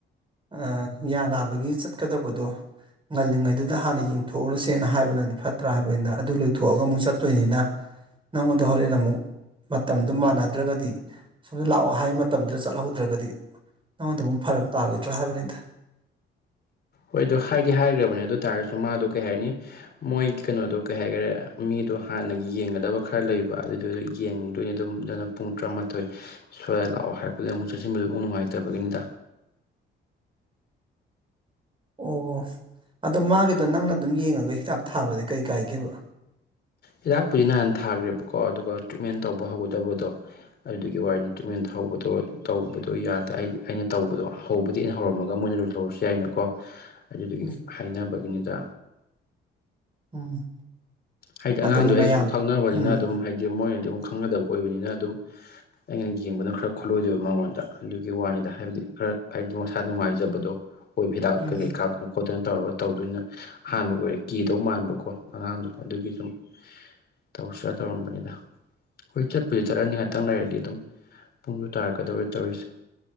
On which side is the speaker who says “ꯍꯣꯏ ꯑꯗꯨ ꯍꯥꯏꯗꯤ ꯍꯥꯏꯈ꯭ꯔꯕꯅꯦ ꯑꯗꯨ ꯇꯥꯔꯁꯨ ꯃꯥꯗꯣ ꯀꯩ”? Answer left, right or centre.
Left